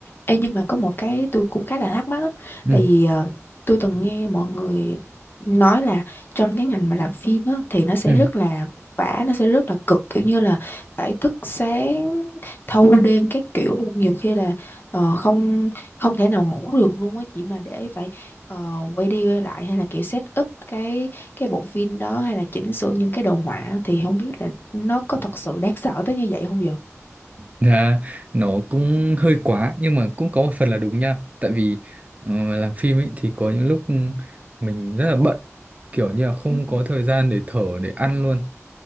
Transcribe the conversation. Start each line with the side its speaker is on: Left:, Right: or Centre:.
Left: Ê, nhưng mà có một cái tôi cũng khá là thắc mắc á.
Right: ừ
Left: tại vì ờ, tôi từng nghe mọi người nói là trong cái ngành mà làm phim á, thì nó sẽ
Right: ừ
Left: rất là vả nó sẽ rất là cực kiểu như là phải thức sáng thâu đêm các kiểu luôn nhiều khi là ờ, không không thể nào ngủ được luôn á chỉ mà để phải ờ, quay đi quay lại hay là kiểu set up cái cái bộ phim đó hay là chỉnh sửa những cái đồ họa thì không biết là nó có thật sự đáng sợ tới như vậy không vậy
Right: Dạ, nó cũng hơi quá nhưng mà cũng có một phần là đúng nha tại vì ờ, làm phim ấy thì có những lúc mình rất là bận kiểu như là không
Left: Ừ.
Right: có thời gian để thở để ăn luôn